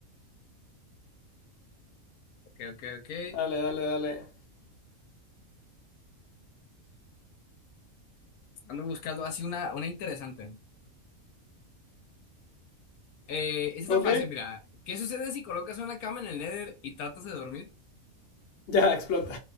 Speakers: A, on the left; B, on the left.
A: ok, ok, ok.
B: Dale, dale, dale.
A: Ando buscando así una, una interesante. Eh, esta
B: Ok.
A: está fácil, mira. ¿Qué sucede si colocas una cama en el Nether y tratas de dormir?
B: Ya, explota.